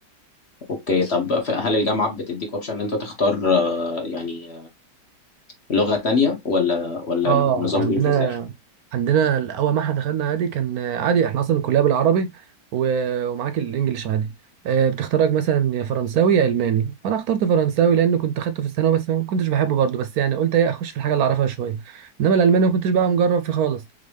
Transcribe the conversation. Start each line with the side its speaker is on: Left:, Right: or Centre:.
Left: اوكي طب ف- هل الجامعة بتديك اوبشن ان انت تختار آه، يعني لغة تانية ولا ولا
Right: اه
Left: النظام
Right: عندنا
Left: بيمشي ازاي؟
Right: عندنا اول ما احنا دخلنا عادي كان عادي احنا اصلا الكليه بالعربي و- ومعاك الانجليش عادي آه، بتختارك مثلا يا فرنساوي يا الماني فانا اخترت فرنساوي لان كنت اخدته في الثانوي بس ما كنتش بحبه برضه بس يعني قلت ايه اخش في الحاجه اللي اعرفها شويه انما الالماني ما كنتش بقى مجرب فيه خالص